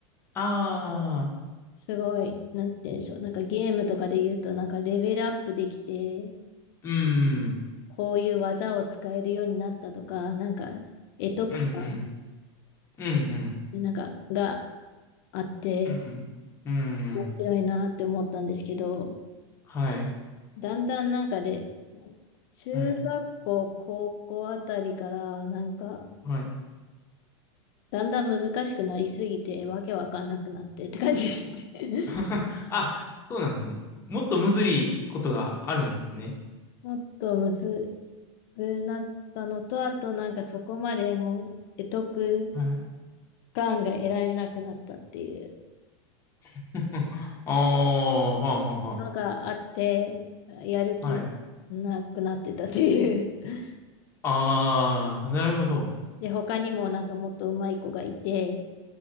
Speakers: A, on the left (about 15°); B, on the left (about 50°).
A: ああ、
B: すごい、なんて言うんでしょう。なんかゲームとかで言うと、なんかレベルアップできて、
A: うん、
B: こういう技を使えるようになったとか、なんか得得感、
A: うん、うん、うん、うん、
B: なんかがあって、
A: うん、うん、うんうん
B: 面白いなって思ったんですけど、
A: はい、
B: だんだんなんかで、中学校、
A: はい、
B: 高校あたりから、なんか、
A: はい。
B: だんだん難しくなりすぎて、わけわかんなくなってって感じですね。
A: <laughs> あ、そうなんですね。もっとむずいことがあるんですね。
B: <laughs> もっとむずくなったのと、あとなんかそこまでもう、得得
A: はい。
B: がんが得られなくなったっていう
A: <laughs> ああ、はあはあは
B: のがあって、やる気がなくなってたっていう。
A: あ。はい。
B: <laughs>
A: ああ、なるほど。
B: で、他にもなんかもっと上手い子がいて、